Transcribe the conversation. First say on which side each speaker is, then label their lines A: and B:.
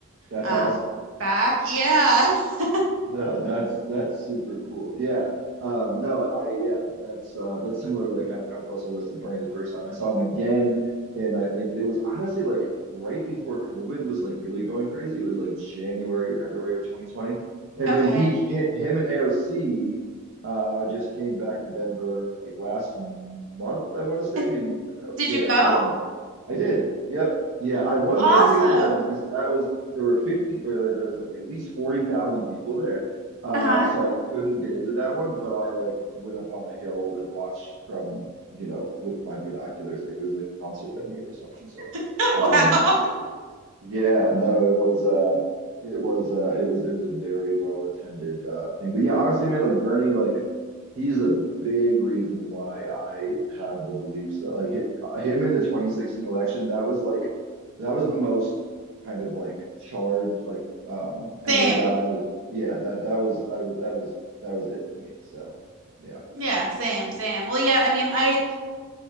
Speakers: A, on the right; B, on the right.
A: that's
B: Um,
A: awesome.
B: back. Yeah. <laughs>
A: No, that's that's super cool. Yeah. Um, no, I yeah, that's uh that's similar to like how, how close I was to Bernie the first time. I saw him again and I think it was honestly like right before COVID was like really going crazy. It was like January or February of 2020. And
B: Okay.
A: then he ca- him and AOC uh just came back to Denver like last month, I want to say,
B: And
A: maybe a couple
B: did
A: yeah,
B: you go?
A: and I did. Yep. Yeah, I wasn't
B: Awesome.
A: able to get into that one because that was there were 50 or like, there was like at least 40,000 people there. Uh,
B: Uh-huh.
A: so I couldn't get into that one, but I like went up on a hill and watched from, you know, with my binoculars, like it was like a concert venue or something. So,
B: <laughs>
A: um,
B: Wow.
A: yeah, no, it was uh it was uh it was it was a very well attended uh thing. But yeah, honestly, man, like Bernie, like he's a big reason why I have the beliefs that like hi- uh, him in the 2016 election, that was like that was the most kind of like charged, like um energized.
B: Same.
A: Yeah, that that was I was that was that was it for me. So yeah.
B: Yeah, same, same. Well, yeah, I mean, I